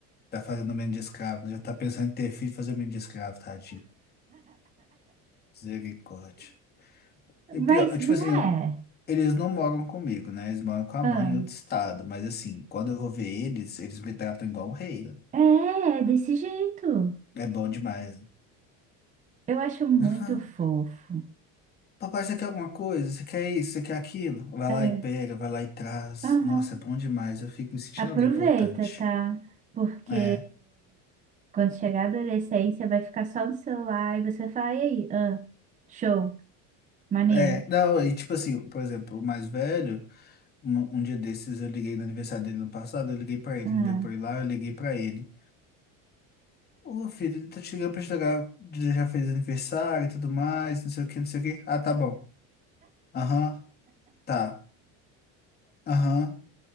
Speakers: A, on the left; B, on the right.
A: Tá fazendo o menino de escravo. né? Já tá pensando em ter filho e fazer o menino de escravo, tadinho. Misericórdia. E
B: Mas
A: pior, é, tipo
B: não
A: assim,
B: é.
A: Eles não moram comigo, né? Eles moram com a
B: Ah,
A: mãe em outro estado. Mas assim, quando eu vou ver eles, eles me tratam igual um rei.
B: é, é desse jeito.
A: É bom demais.
B: Eu acho muito
A: Ah,
B: fofo.
A: papai, você quer alguma coisa? Você quer isso? Você quer aquilo? Vai
B: É.
A: lá e pega, vai lá e traz.
B: Aham.
A: Nossa, é bom demais. Eu fico me sentindo
B: Aproveita,
A: alguém importante.
B: tá? Porque
A: É.
B: Quando chegar a adolescência, vai ficar só no celular e você vai falar, e aí? Ah, show, maneiro.
A: É, não, e tipo assim, por exemplo, o mais velho, um, um dia desses eu liguei no aniversário dele no passado, eu liguei pra ele,
B: Ah,
A: não deu pra ir lá, eu liguei pra ele. Ô, filho, tô te ligando pra te dar, Já fez aniversário e tudo mais, não sei o que, não sei o que. Ah, tá bom. Aham. Tá. Aham.